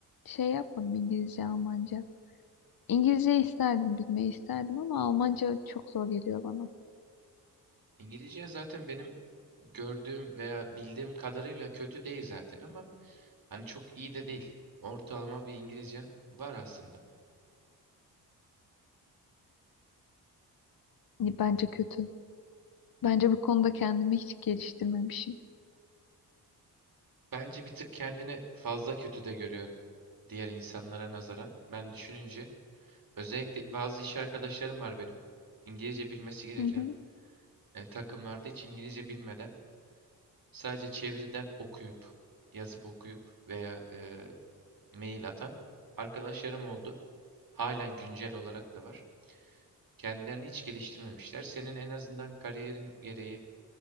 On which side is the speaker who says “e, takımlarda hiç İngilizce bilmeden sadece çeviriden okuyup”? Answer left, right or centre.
Right